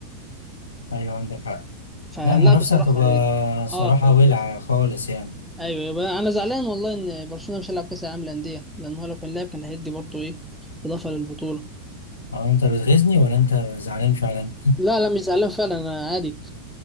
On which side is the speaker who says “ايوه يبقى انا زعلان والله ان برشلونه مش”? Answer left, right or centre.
Centre